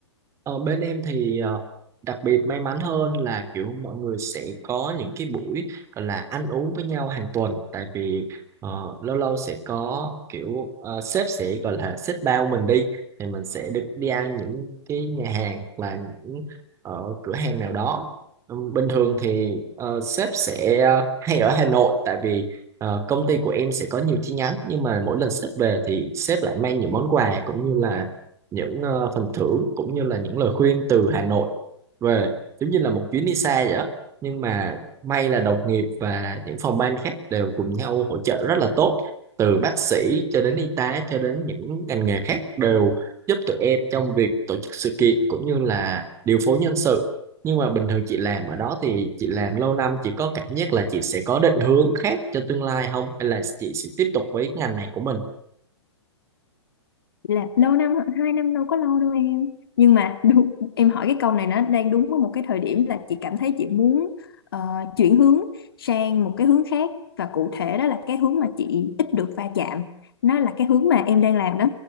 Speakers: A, on the right (about 20°); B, on the left (about 55°).
A: Ờ, bên em thì ờ, đặc biệt may mắn hơn là kiểu mọi người sẽ có những cái buổi gọi là ăn uống với nhau hàng tuần tại vì ờ, lâu lâu sẽ có kiểu ờ, sếp sẽ gọi là sếp bao mình đi thì mình sẽ được đi ăn những cái nhà hàng hoặc là những ờ, cửa hàng nào đó Ừ, bình thường thì ờ, sếp sẽ ờ, hay ở Hà Nội tại vì ờ, công ty của em sẽ có nhiều chi nhánh nhưng mà mỗi lần sếp về thì sếp lại mang những món quà cũng như là những ờ, phần thưởng cũng như là những lời khuyên từ Hà Nội về giống như là một chuyến đi xa vậy đó. Nhưng mà may là đồng nghiệp và những phòng ban khác đều cùng nhau hỗ trợ rất là tốt từ bác sĩ cho đến y tá cho đến những ngành nghề khác đều giúp tụi em trong việc tổ chức sự kiện cũng như là điều phối nhân sự nhưng mà bình thường chị làm ở đó thì chị làm lâu năm chị có cảm giác là chị sẽ có định hướng khác cho tương lai không hay là chị sẽ tiếp tục với ngành này của mình
B: là lâu năm hai năm đâu có lâu đâu em nhưng mà <laughs> đúng, em hỏi cái câu này nó đang đúng ở một cái thời điểm là chị cảm thấy chị muốn ờ, chuyển hướng sang một cái hướng khác và cụ thể đó là cái hướng mà chị ít được va chạm nó là cái hướng mà em đang làm đó